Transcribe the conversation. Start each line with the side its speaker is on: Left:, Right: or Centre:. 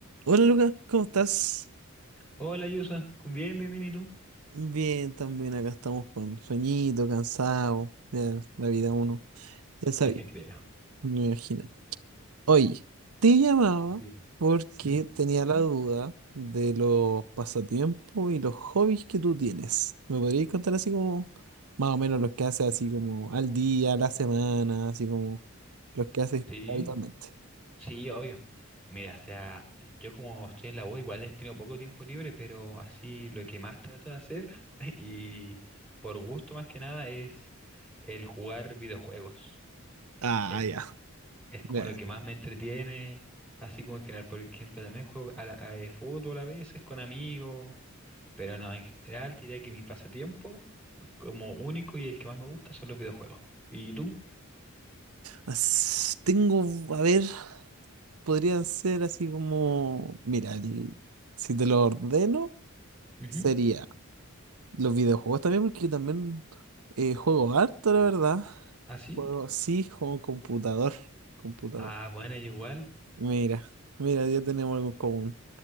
Right: Hola Lucas, ¿cómo estás?
Centre: Hola, Yusa, Con- Bien, bien, bien, ¿y tú?
Right: Bien, también acá estamos con sueñito, cansado de la vida uno.
Centre: <laughs>
Right: Ya sabía,
Centre: Te creo.
Right: me imagino. Oye, te llamaba
Centre: Bien.
Right: porque
Centre: ¿Mm?
Right: tenía la duda de los pasatiempos y los hobbies que tú tienes. ¿Me podrías contar así como más o menos los que haces así como al día, a la semana, así como los que haces
Centre: Sí,
Right: habitualmente?
Centre: sí, obvio. Mira, o sea, yo como estoy en la U, igual he tenido poco tiempo libre, pero así lo que más trato de hacer, <laughs> y por gusto más que nada, es el jugar videojuegos.
Right: Ah,
Centre: Es,
Right: ya.
Centre: es como
Right: ya,
Centre: lo
Right: ya.
Centre: que más me entretiene, así como en general, por ejemplo, también juego a la- a, eh, fútbol a veces con amigos, pero no, en general te diría que mi pasatiempo como único y el que más me gusta son los videojuegos. ¿Y tú?
Right: As- Tengo, a ver. podrían ser así como, mira, el- si te lo ordeno,
Centre: Ujú.
Right: sería los videojuegos también, porque yo también eh, juego harto, la verdad.
Centre: ¿Ah, sí?
Right: Juego, sí, juego computador, computador.
Centre: Ah, bueno, igual.
Right: Mira, mira, ya tenemos algo en común.